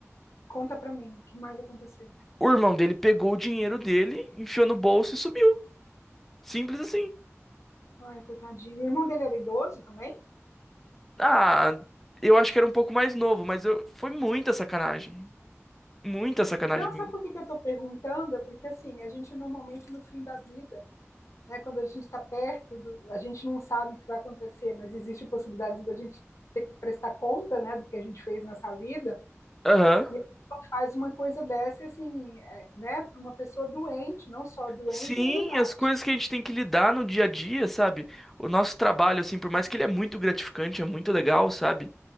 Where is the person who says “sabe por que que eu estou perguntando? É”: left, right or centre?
Left